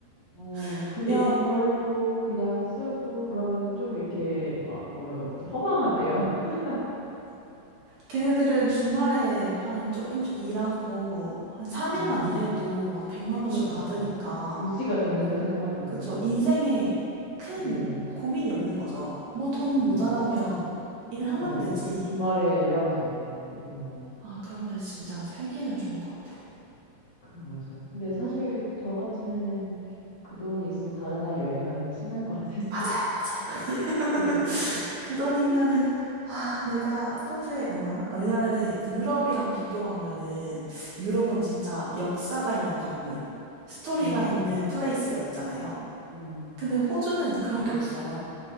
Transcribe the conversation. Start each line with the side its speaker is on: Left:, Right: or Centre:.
Left: 어,
Right: <laughs>
Left: 그냥
Right: 예.
Left: 벌고, 그냥 쓰고, 그러면은 좀 이렇게 막, 뭐라고 해야 되지? 허망하대요. <laughs>
Right: 걔네들은 주말에 한 조금씩 일하고 한 3일만
Left: 네.
Right: 일해도 막 100만
Left: 그러니까.
Right: 원씩 받으니까
Left: 유지가 되니까
Right: 그
Left: 생활이.
Right: 그쵸. 인생에 큰
Left: 네,
Right: 고민이 없는 거죠. 뭐 돈
Left: 맞아,
Right: 모자라면
Left: 맞아.
Right: 일하면
Left: 맞아.
Right: 되지.
Left: 한 주말에 일하면 되고, 음,
Right: 아, 그러면 진짜 살기는 좋은 것 같아요.
Left: 그, 맞아요. 근데 사실 저 같으면은 그 돈이 있으면 다른 나라 여행하면 신날 것 같은데.
Right: 맞아요, 맞아요.
Left: <laughs> 그쵸, 그쵸.
Right: <laughs> 그 돈이면은,
Left: 음.
Right: 아, 내가 호주에 5만원? 왜냐면은 유럽이랑 비교하면은 유럽은 진짜 역사가 있는 건물, 스토리가
Left: 맞아요.
Right: 있는 플레이스가 있잖아요.
Left: 음,
Right: 근데 호주는 그런 게 없어요.